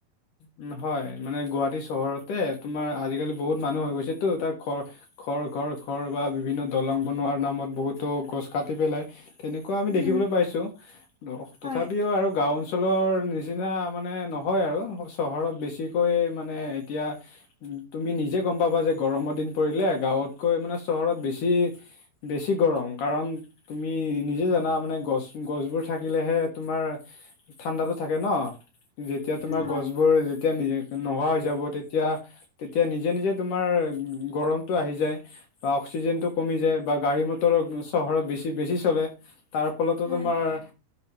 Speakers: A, on the left; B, in the centre.
A: উম হয় মানে গুৱাহাটী চহৰতে তোমাৰ আজিকালি বহুত মানুহ হৈ গৈছেতো তাৰ ঘৰ খৰ ঘৰ খৰ বা বিভিন্ন দলং বনোৱাৰ নামত বহুতো গছ কাটি পেলাই। তেনেকুৱা আমি দেখিবলৈ
B: উম
A: পাইছো তথাপিও
B: হয়
A: আৰু গাওঁ অঞ্চল অঞ্চলৰ নিচিনা মানে নহয় আৰু, চহৰত বেছিকৈ মানে এতিয়া তুমি নিজে গম পাবা যে গৰমৰ দিন পৰিলে গাঁৱতকৈ মানে চহৰত বেছি বেছি গৰম কাৰণ তুমি নিজে জানা মানে গছ-গছবোৰ থাকিলেহে তোমাৰ ঠাণ্ডাতো থাকে ন', যেতিয়া তোমাৰ
B: হয়
A: গছবোৰ যেতিয়া নিজে নোহোৱা হৈ যাব তেতিয়া, তেতিয়া নিজে, নিজে তোমাৰ উ গৰমতটো আহি যায় বা অক্সিজেন টো কমি যায় বা গাড়ী মটৰ চহৰত বেছি বেছি চলে। তাৰ ফলতো
B: হয়
A: তোমাৰ